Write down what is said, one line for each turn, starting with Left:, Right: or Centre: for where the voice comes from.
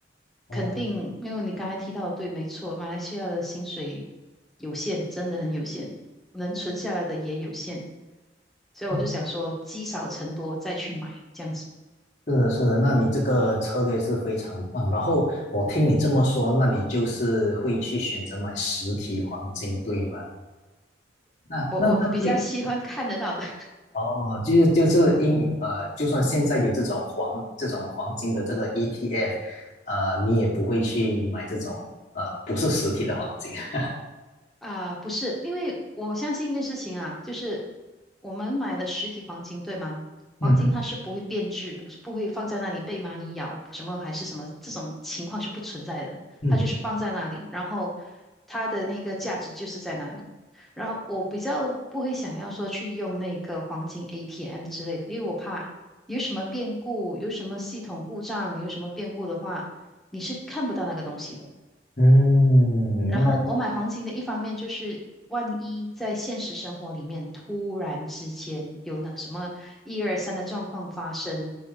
Left: 哦，
Centre: 肯定，因为你刚才提到的对，没错，马来西亚的薪水有限，真的很有限，能存下来的也有限，所以我是想说，
Left: 哦
Centre: 积少成多再去买这样子。
Left: 是的，是的，那你这个策略是非常棒。然后我听你这么说，那你就是会去选择买实体黄金，对吗？那那那会。
Centre: 我我比较喜欢看得到的。
Left: 哦，就是就是因呃，就算现在有这种黄这种黄金的这个 ETF，呃，你也不会去买这种呃不是实体的黄金。<laughs>
Centre: 啊，不是，因为我相信一件事情啊，就是我们买了实体黄金，对吗？
Left: 嗯
Centre: 黄金它是不会变质，是不会放在那里被蚂蚁咬，什么还是什么这种情况是不存在的，
Left: 嗯，
Centre: 它就是放在那里，然后它的那个价值就是在那里。然后我比较不会想要说去用那个黄金 ATM 之类的，因为我怕有什么变故，有什么系统故障，有什么变故的话，你是看不到那个东西的。
Left: 嗯，
Centre: 然后我买黄金的一方面就是，
Left: 那
Centre: 万一在现实生活里面突然之间有那什么一二三的状况发生，